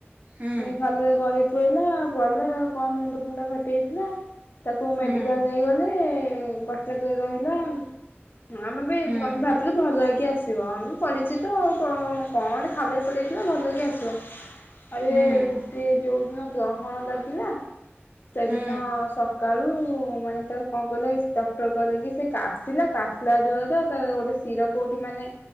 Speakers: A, on the right; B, on the left.
A: ହୁଁ
B: ସେଇ ଖାଲରେ ଗଳି ପଇଲା ପଡିଲା କଁ ମୁଣ୍ଡ ଫୁଣ୍ଡ ଫା ଟି ଯାଇଥିଲା ତାକୁ ମେଡିକାଲ
A: ହୁଁ
B: ନେଇଗଲେ କଟକରେ ରହିଲା। ହଁ ଆମେ ବି
A: ହୁଁ
B: ଆମେ ଭାବିଲୁ ଭଲ ହେଇକି ଆସିବ। ହୁଁ ପଡିଚିତ ଆଉ। କଁ କଣ ଗୋଟେ ଖାଲରେ ପଡିଯାଇଥିଲା। ଭଲହେଇକି ଆସିବ। ଆରେ
A: ହୁଁ
B: ସେ ଯଉ ଦିନ ଗ୍ରହଣ ଲାଗିଲା। ସେଦିନ
A: ହୁଁ
B: ସକାଳୁ ମାନେ ତାର କଣ କହିଲେ। ଡକ୍ଟର କହିଲ କି ସେ କାଶିଲା କାଶିଲା ଦ୍ଵାରା ତାର ଗୋଟେ ଶିର କୋଉଠି ମାନେ